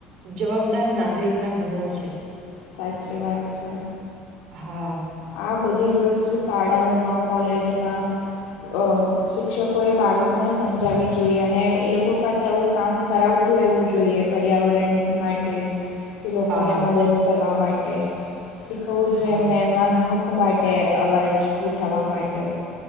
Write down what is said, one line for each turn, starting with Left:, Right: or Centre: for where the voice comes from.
Right: જવાબદાર નાગરિકના ગુણો છે.
Left: સાચી, વાત છે.
Right: હા.
Left: આ બધી જ વસ્તુ શાળાઓમા, કોલેજોમાં અ શિક્ષકોએ બાળકોને સમજાવવી જોઈએ, અને એ લોકો પાસે આવું કામ કરાવ. શું રહેવું જોઈએ, પર્યાવરણ માટે. કે લોકોને
Right: હા
Left: મદદ કરવા માટે, શીખવવું જોઈએ
Right: હા
Left: એમને એમના. હક્ક માટે, અવાજ ઉઠાવવા માટે